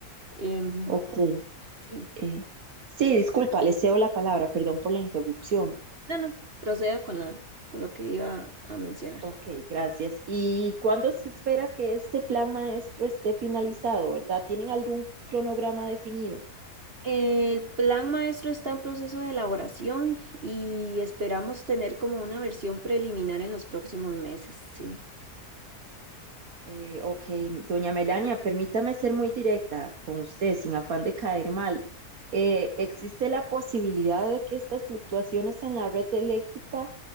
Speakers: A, on the right; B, on the right.
A: Em,
B: ok.
A: sí,
B: eh, sí, disculpa, le cedo la palabra, perdón por la interrupción.
A: no, no, proceda con la, con lo que iba a mencionar.
B: Ok, gracias. ¿Y cuándo se espera que este plan maestro esté finalizado, verdad? ¿Tienen algún cronograma definido?
A: El plan maestro está en proceso de elaboración y esperamos tener como una versión preliminar en los próximos meses, sí.
B: Eh, ok, doña Melania, permítame ser muy directa con usted, sin afán de caer mal. Eh, ¿existe la posibilidad de que estas fluctuaciones en la red eléctrica